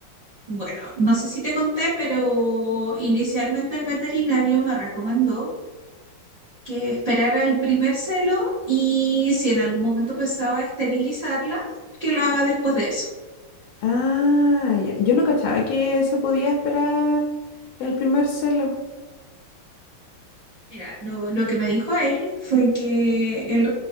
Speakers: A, on the right; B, on the left.
A: bueno, no sé si te conté, pero inicialmente el veterinario me recomendó. que esperara el primer celo y si en algún momento pensaba esterilizarla, que lo haga después de eso.
B: Ah, ya. Yo no cachaba que se podía esperar el primer celo.
A: Mira, lo, lo que me dijo él fue que él